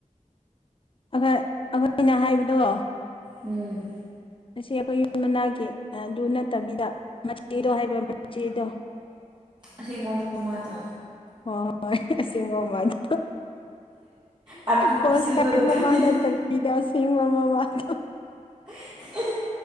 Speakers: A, on the left; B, on the right.
A: ꯑꯩꯈꯣꯏꯅ ꯍꯥꯏꯕꯗꯣ
B: ꯎꯝ
A: ꯉ ꯑꯩꯈꯣꯏ ꯌꯨꯝ ꯃꯅꯥꯛꯀꯤ ꯑꯗꯨ ꯅꯠꯇꯕꯤꯗ ꯃꯆꯦꯗꯣ ꯍꯥꯏꯕ ꯃꯆꯦꯗꯣ
B: ꯑꯁꯦꯡꯕꯃ ꯃꯃꯥꯗꯣ
A: ꯍꯣꯏ ꯍꯣꯏ ꯑꯁꯤꯦꯡꯒꯨꯝꯕꯗ
B: ꯑꯥꯔꯇꯤꯐꯤꯁꯦꯜꯗꯣ
A: ꯐꯁ ꯇꯥ
B: ꯅꯠꯇꯕꯤꯗ
A: ꯃꯃꯗꯗ ꯁꯤ ꯃꯃꯃꯗ
B: ꯑ